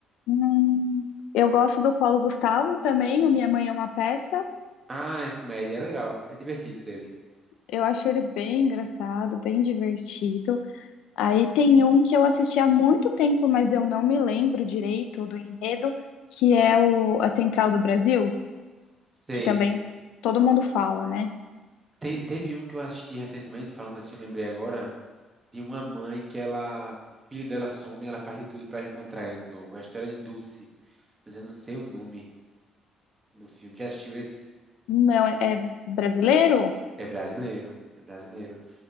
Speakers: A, on the left (about 85°); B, on the right (about 15°).
A: Hum, eu gosto do Paulo Gustavo também, o Minha Mãe é uma Peça.
B: Ah, é comédia, é legal, é divertido dele.
A: Eu acho ele bem engraçado, bem divertido. Aí tem um que eu assisti há muito tempo, mas eu não me lembro direito do enredo, que é o A Central do Brasil,
B: Sei.
A: que também todo mundo fala, né?
B: Te- teve um que eu assisti recentemente, falando assim, eu lembrei agora. de uma mãe que ela, o filho dela some e ela faz de tudo pra encontrar ele de novo. A história de Dulce, mas eu não sei o nome do filme. Já assistiu esse?
A: Não, é, é brasileiro?
B: É brasileiro, é brasileiro.